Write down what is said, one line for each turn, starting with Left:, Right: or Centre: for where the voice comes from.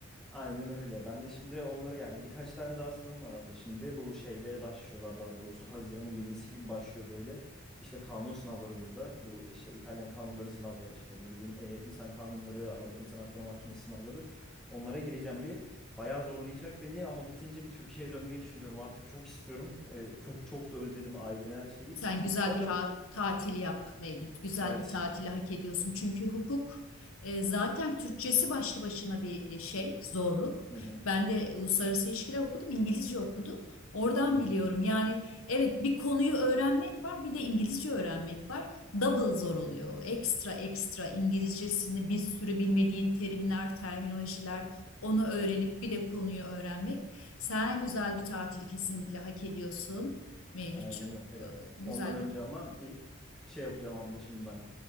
Centre: Aynen öyle. Ben de şimdi onları yani birkaç tane daha sınavım var abla. Şimdi bu şeyde başlıyorlar daha doğrusu. Haziran'ın 20'si gibi başlıyor böyle. İşte kanun sınavları burada. Bu işte İtalyan kanunları sınavları işte ne bileyim e, insan kanunları, Avrupa İnsan Hakları Mahkemesi sınavları. Onlara gireceğim bir. Bayağı zorlayacak beni ama bitince bir Türkiye'ye dönmeyi düşünüyorum. Artık çok istiyorum. E, çok çok da özledim ailemi her şeyi.
Left: Sen güzel
Centre: Bakalım.
Left: bir ha- tatil yap Mevlüt. Güzel
Centre: Evet.
Left: bir tatili hak ediyorsun. Çünkü hukuk e, zaten Türkçesi başlı başına bir e, şey, zorluk.
Centre: Hı hı.
Left: Ben de uluslararası ilişkiler okudum, İngilizce okudum. Oradan
Centre: Hı hı.
Left: biliyorum. Yani evet bir konuyu öğrenmek var, bir de İngilizce öğrenmek var. Double zor
Centre: Kesinlikle.
Left: oluyor. Ekstra ekstra İngilizcesini bir sürü bilmediğin terimler, terminolojiler onu öğrenip bir de konuyu öğrenmek. Sen güzel bir tatili kesinlikle hak ediyorsun. Mevlütçüm.
Centre: Aynen öyle.
Left: Ee, Güzel
Centre: Ondan önce
Left: bir...
Centre: ama bir şey yapacağım abla şimdi ben.